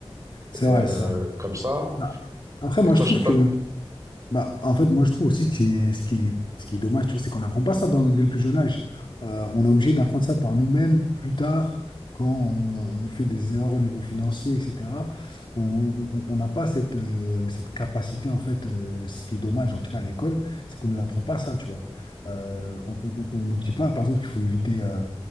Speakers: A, on the left; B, on the right.
A: C'est
B: euh,
A: vrai, c'est vrai.
B: comme ça.
A: Non. Après,
B: Et
A: moi,
B: toi,
A: je trouve
B: je sais pas.
A: que Bah, en fait, moi, je trouve aussi que c'est ce qui est, ce qui est dommage, tu vois, c'est qu'on n'apprend pas ça dans- dès le plus jeune âge. Euh, on est obligé d'apprendre ça par nous-mêmes plus tard, quand on, on fait des erreurs au niveau financier, etc. On on- on n'a pas cette, euh, cette capacité, en fait, euh, ce qui est dommage, en tout cas à l'école, c'est qu'on ne nous apprend pas ça, tu vois. Euh, on on- on- on ne dit pas, par exemple, qu'il faut éviter. euh,